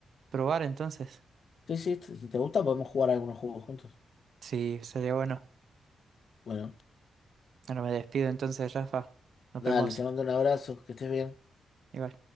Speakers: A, on the right; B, on the left.
A: probar entonces.
B: Sí, sí, si te gusta podemos jugar algunos juegos juntos.
A: Sí, sería bueno.
B: Bueno,
A: Bueno, me despido entonces, Rafa. Nos
B: dale,
A: vemos.
B: te mando un abrazo, que estés bien.
A: Igual.